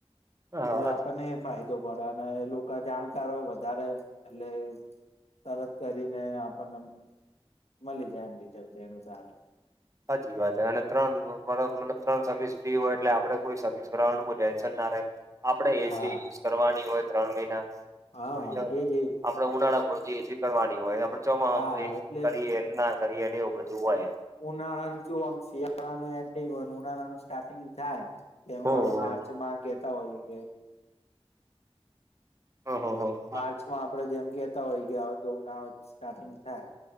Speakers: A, on the right (about 30°); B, on the left (about 85°).
A: હા
B: એટલે આપણને ફાયદો પડે અને એ લોકો જાણકાર હોય વધારે એટલે તરત કરીને આપણને મળી જાય એમ રિઝલ્ટ એનું સારુ
A: સાચી વાત છે અને ત્રણ વરહ મતલબ ત્રણ સર્વિસ ફ્રી હોય એટલે આપડે કોઈ સર્વિસ કરાવાનું ટેન્શન ના રે આપણે એસી
B: હા
A: યુઝ કરવાની હોય ત્રણ મહિના
B: હા
A: હમજ્યા વાતને
B: એજ એજ
A: આપણન ઉનાળા પૂરતી એસી કરવાની હોયને આપડે ચોમાહમ
B: હા
A: તો એસી
B: એટલે
A: કરીએન ને ના કરીએ એવું બધું હોય.
B: ઉનાળા કયું આમ શિયાળાનું એન્ડિંગ હોય ઉનાળાનું સ્ટાર્ટિંગ થાય ને જેમ
A: હ
B: કે આપડે માર્ચ માં કતા હોય કે
A: ઓહ હ હ
B: માર્ચમાં આપડે જેમ કેતા હોય કે આ કે ઉનાળ સ્ટાર્ટિંગ થાય.